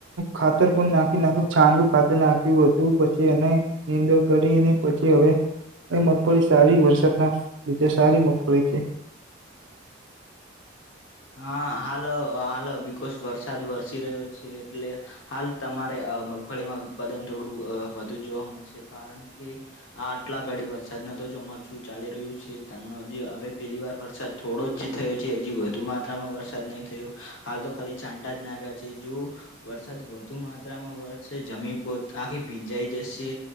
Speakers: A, on the right; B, on the left.
A: ખાતર પણ નાખી નાખ છાણયું ખાતર નાખ્યું બું પછી એને નીંદુ કરી અને પછી હવે એ મગફળી સારી વરસાદના લીધે સારી મગફળી છે
B: હા હાલ હાલ અ બિકોશ વરસાદ વરસી રહ્યો છે એટલે હાલ તમારે મગફળીમાં ઉત્પાદન થોડું વધુ જોવા મળશે કારણ કે આ આટલા ઘડી વરસાદ ન તો ચોમાસુ ચાલી રહ્યું છે તાનો હજુ હવે પેલી વાર વરસાદ થોડો જ જે થયો છે હજી વધ વધુ માત્રામાં વરસાદ નહી થયો હાલ તો ખાલી છાંટા જ નાખ્યા છે જો વરસાદ વધુ માત્રામાં વરશે જમી બ આખી ભીંજાઈ જશે